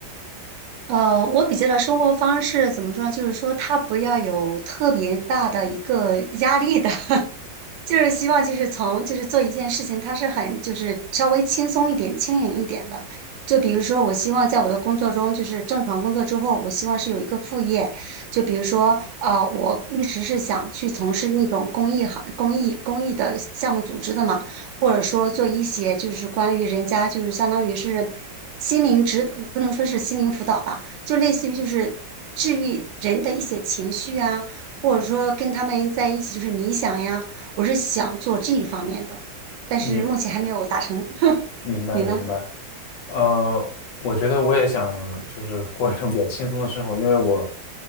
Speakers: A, on the right; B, on the left.
A: 呃，我比较的生活方式怎么说呢？就是说，他不要有特别大的一个压力的，<laughs> 就是希望就是从就是做一件事情，它是很就是稍微轻松一点、轻盈一点的。就比如说，我希望在我的工作中，就是正常工作之后，我希望是有一个副业。就比如说，呃，我一直是想去从事那种公益行、公益、公益的项目组织的嘛，或者说做一些就是关于人家就是相当于是心灵指，不能说是心灵辅导吧，就类似于就是治愈人的一些情绪啊，或者说跟他们在一起就是冥想呀。我是想做这一方面的，但是目前还没有达成。
B: 明
A: <laughs>
B: 明白明白，
A: 你呢？
B: 呃，我觉得我也想就是过一种比较轻松的生活，因为我